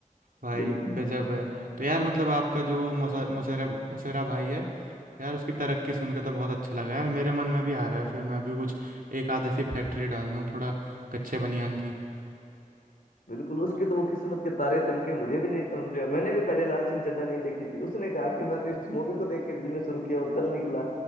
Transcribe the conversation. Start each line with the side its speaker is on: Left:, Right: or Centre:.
Right: भाई
Left: बिल्कुल
Right: गजब है तो यार मतलब आपका जो मुसेरा मुसेरा भाई है यार उसकी तरक्की सुन के तो बहुत अच्छा लगा यार मेरे मन में भी आ रहा है फिर मैं भी कुछ एक आध ऐसी फैक्ट्री डाल दूँ थोड़ा कच्चे बनियान की
Left: बिल्कुल उसके तो वो किस्मत के तारे चमके मुझे भी नहीं समझ में आया। मैंने भी पहले लाल सिंह चड्ढा नहीं देखी थी उसने कहा कि मैं तो इस मूवी को देख के बिजनेस शुरू किया और चल निकला